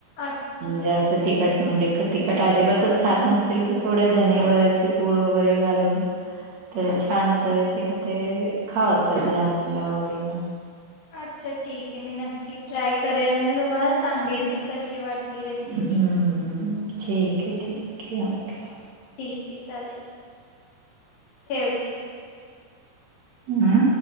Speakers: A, on the left; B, on the right.
A: अच्छा
B: जास्त. तर तिखट म्हणजे तिखट अजिबातच खात नसतील तर थोडे धने वची पूड वगैरे घालून त्याला छान चव ते म ते खावतात लहान मुलं आवडीनं
A: अच्छा ठीक आहे मी नक्की ट्राय करेल आणि तुम्हाला सांगेल की कशी वाटली रेसिपी
B: हम्म हम्म हम्म. ठीक आहे ठीक आहे ओके
A: ठीक आहे चालेल ठेवते
B: हा